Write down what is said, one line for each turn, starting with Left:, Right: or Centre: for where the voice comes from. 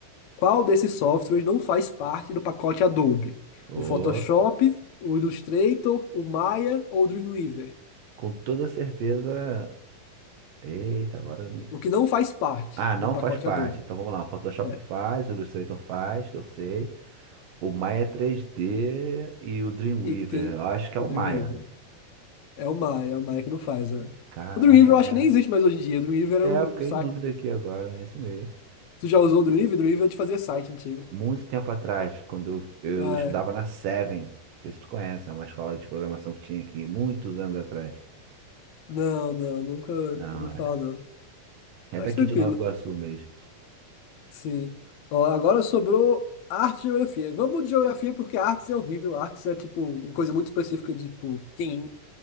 Left: Qual desses softwares não faz parte do pacote Adobe?
Right: Ô,
Left: O Photoshop, o Illustrator, o Maya ou o Dreamweaver?
Right: com toda certeza. Eita, agora.
Left: O que não faz parte
Right: Ah, não
Left: do pacote
Right: faz parte.
Left: Adobe.
Right: Então vamos lá. O Photoshop
Left: É,
Right: faz, o Illustrator faz, que eu sei. O Maya 3D e o Dreamweaver.
Left: E tem
Right: Eu acho que
Left: o
Right: é o
Left: Dreamweaver.
Right: Maya.
Left: É o Maia, é o Maia que não faz, né?
Right: Caraca,
Left: O Dreamweaver
Right: é.
Left: eu acho que nem existe mais hoje em dia. O Dreamweaver era
Right: É,
Left: um
Right: eu fiquei
Left: site.
Right: em dúvida aqui agora. É isso mesmo.
Left: Tu já usou o Dreamweaver? O Dreamweaver é de fazer site antigo.
Right: Muito tempo atrás, quando eu,
Left: É.
Right: eu estudava na Seven. Não sei se tu conhece, é uma escola de programação que tinha aqui muitos anos atrás.
Left: Não, não, nunca
Right: Não,
Left: ouvi
Right: é.
Left: falar, não.
Right: É
Left: Mas
Right: daqui
Left: tranquilo,
Right: de Nova Iguaçu mesmo.
Left: sim. Ó, agora sobrou arte e geografia. Vamos de geografia porque artes é horrível. Artes é tipo uma coisa muito específica de tipo, quem